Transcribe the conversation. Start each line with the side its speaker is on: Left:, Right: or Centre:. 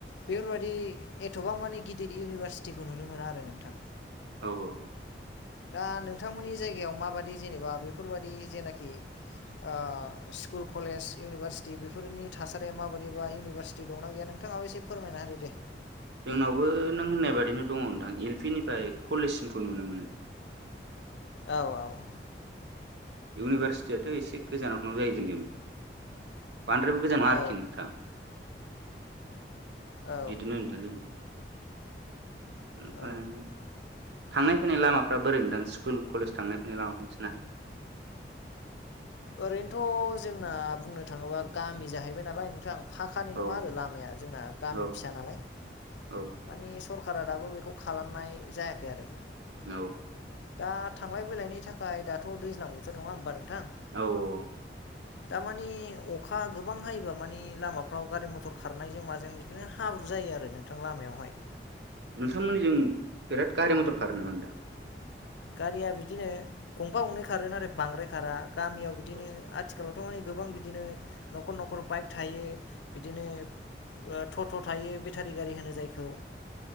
Left: बेफोरबायाददि एथबां मानि गिदिर। इउनिभारसिटिखौ नुनो मोना आरो नोंथां।
Right: औ औ।
Left: दा नोंथांमोननि जायगायाव माबादि जेनेबा बेफोरबायदि जेनाखि। ओ स्कुल कलेज इउनिभारसिटि बेफोरनि थासारिया माबायदि बा इउनिभारसिटि दंना गैया नों थाङाबो एसे फोरमायना होदो दे।
Right: जोंनावबो नों होननाय बादिनो दङ' नोंथां एल पि निफ्राय कलेजसिमखौ नुनो मोनो।
Left: औ औ।
Right: इउनिभारसिटियाथ' एसे गोजानाव थांगौ जायो जोंनियाव। बांद्रायबो गोजान नङा आरोखि
Left: औ
Right: नोंथां।
Left: औ
Right: बिदिनो नोंथां। ओमफ्राय
Left: औ
Right: थांनाय फैनाय लामाफ्रा बोरै नोंथां स्कुल कलेज थांनाय फैनाय लामाफोरा नोंसोरना?
Left: ओरैनोथ' जोंना बुंनो थाङोबा गामि जाहैबाय नालाय नोंथां। फाखानि नङा
Right: औ
Left: आरो लामाया जोंना गामि
Right: औ
Left: फिसा नालाय
Right: औ
Left: मानि। सरखारा दाबो बेखौ खालामनाय जायाखै आरो।
Right: औ।
Left: दा थांलाय फैलायनि थाखाय दाथ' दैज्लां बोथोर नङा होमबा नों थां
Right: औ औ
Left: दामानि अखा गोबां हायोबा। मानि लामाफ्राव गारि मथर खारनायजों माजों बिदिनो हाब्रु जायो आरो नोंथां लामायावहाय।
Right: नोंथांमोननिजों बिराद गारि मथर खारो नामा नोंथां?
Left: गारिया बिदिनो गंफा गंनै खारो नाथाय बांद्राय खारा गामियाव बिदिनो
Right: औ
Left: आथिखालाव। थ' मानि गोबां बिदिनो न'खर न'खर बाइक थायो बिदिनो। टट' थायो बेटारि गारि होनो जायखौ।